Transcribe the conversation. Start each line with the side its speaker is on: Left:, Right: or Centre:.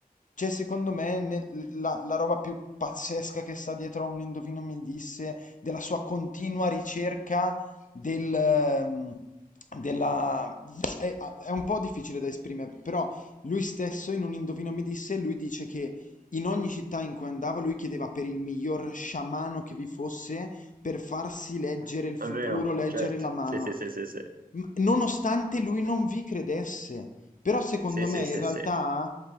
Left: c'è secondo me nel- la, la roba più pazzesca che sta dietro a un indovino mi disse della sua continua ricerca del... ehm, della... È, è un po' difficile da esprimere, però lui stesso in un Indovino mi disse, lui dice che in ogni città in cui andava lui chiedeva per il miglior sciamano che vi fosse per farsi leggere il futuro,
Right: è vero,
Left: leggere
Right: certo.
Left: la mano.
Right: Sì, sì, sì, sì, sì.
Left: M- nonostante lui non vi credesse. Però secondo
Right: Sì, sì,
Left: me in
Right: sì,
Left: realtà
Right: sì,